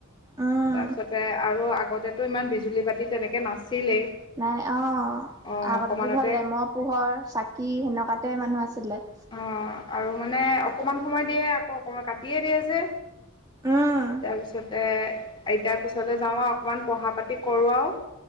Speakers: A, on the right; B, on the left.
A: উম,
B: তাৰপিছতে আৰু আগতেটো ইমান বিজুলী বাতি তেনেকে নাছিলেই।
A: নাই অ'।
B: অঁ
A: আগতেতো
B: অকণমানতে
A: ধৰ লেমৰ পোহৰ চাকি সেনেকুৱাতে মানুহ আছিলে।
B: অ', আৰু মানে অকণমান সময় দিয়ে আকৌ অকণমান কাটিয়ে দিয়ে যে।
A: উম,
B: তাৰপিছতে আইতাৰ কোচলে যাওঁ আৰু অকণমান পঢ়া পাতি কৰোঁ আৰু